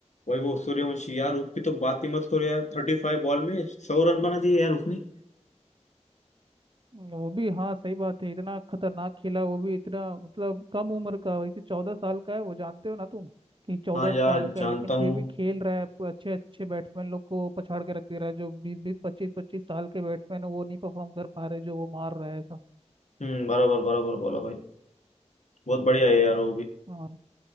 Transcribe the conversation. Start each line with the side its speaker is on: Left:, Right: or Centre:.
Left: वैभव सूर्यवंशी यार उसकी तो बात ही मत करो यार थर्टी फाइव बॉल में सौ रन बना दिए यार उसने
Right: वो भी हाँ सही बात है इतना खतरनाक खेला वो भी इतना मतलब कम उम्र का वैसे चौदह साल का है वो जानते हो ना तुम कि चौदह
Left: हाँ यार
Right: साल का
Left: जानता
Right: है लेकिन
Left: हूँ
Right: फिर भी खेल रहा है पूरे अच्छे अच्छे बैट्समैन लोग को पछाड़ के रख दे रहा है जो बीस बीस पच्चीस पच्चीस साल के बैट्समैन है वो नहीं परफॉर्म कर पा रहे जो वो मार रहा है था
Left: हम्म बराबर बराबर बोला भाई बहुत बढ़िया है यार वो भी
Right: और